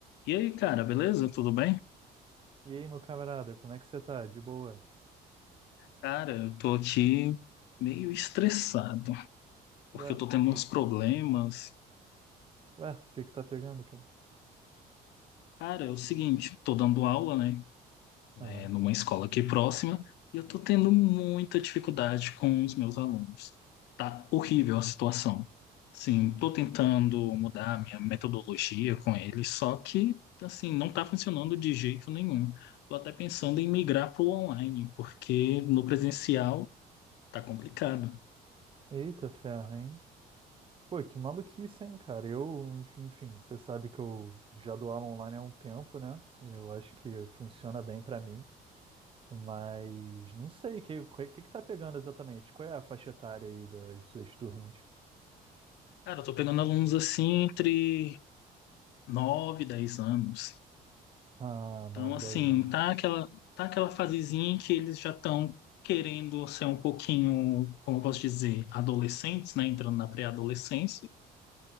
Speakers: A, on the left; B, on the right.
A: E aí, cara, beleza? Tudo bem?
B: E aí, meu camarada, como é que você tá? De boa?
A: Cara, eu tô aqui meio estressado, porque
B: Ué,
A: eu tô tendo
B: que,
A: uns problemas.
B: ué, que que tá pegando, cara?
A: Cara, é o seguinte, tô dando aula, né,
B: Aham.
A: é, numa escola aqui próxima, e eu tô tendo muita dificuldade com os meus alunos. Tá horrível a situação. Sim, tô tentando mudar a minha metodologia com eles, só que, assim, não tá funcionando de jeito nenhum. Tô até pensando em migrar pro online, porque no presencial tá complicado.
B: Eita ferro, hein? Pô, que maluquice, hein, cara? Eu, enfim, enfim, você sabe que eu já dou aula online há um tempo, né? Eu acho que funciona bem pra mim, mas não sei, o que, que, que que tá pegando exatamente? Qual é a faixa etária aí das suas turmas?
A: Cara, eu tô pegando alunos assim entre 9 e 10 anos.
B: Ah,
A: Então,
B: nove
A: assim,
B: dez anos.
A: tá aquela, tá aquela fasezinha em que eles já estão querendo ser um pouquinho, como eu posso dizer, adolescentes, né? Entrando na pré-adolescência.